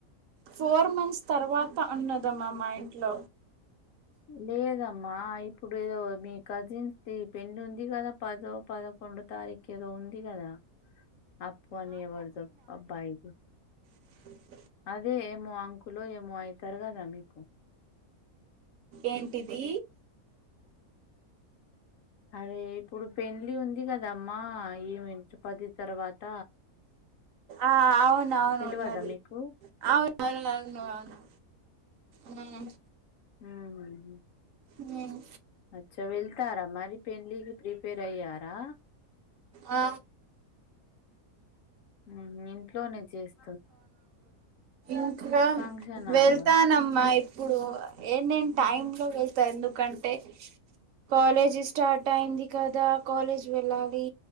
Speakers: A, on the right; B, on the left.
A: ఫోర్ మంత్స్ తర్వాత ఉన్నదమా మా ఇంట్లో
B: లేదమ్మా ఇప్పుడు ఏదో మీ కజిన్స్ ది పెళ్లి ఉంది కదా పదో పదకొండు తారీఖేదో ఉంది కదా అప్పు అని ఎవరిదో అబ్బాయిది
A: స <inaudible>
B: అదే ఏమో అంకులో ఏమో అయితరు కదా మీకు
A: ఏంటిది
B: అరే ఇప్పుడు పెళ్లి ఉంది కదమ్మా ఏమి పది తర్వాత
A: ఆ అవునవును
B: తెలియదా
A: ఉన్నది
B: మీకు
A: అవునవును అవును హ్మ్
B: హ్మ్
A: హ్మ్
B: అచ్చా వెళ్తారా మరి పెండ్లికి ప్రిపేర్ అయ్యారా
A: ఆ
B: హ్మ్ ఇంట్లోనే చేస్తా
A: ఇంకా
B: ఫంక్షన్ హాల్లో
A: వెళ్తానమ్మా ఇప్పుడు ఏటంటే టైమ్ లో వెళ్తా ఎందుకంటే కాలేజీ స్టార్ట్ అయింది కదా కాలేజ్ వెళ్ళాలి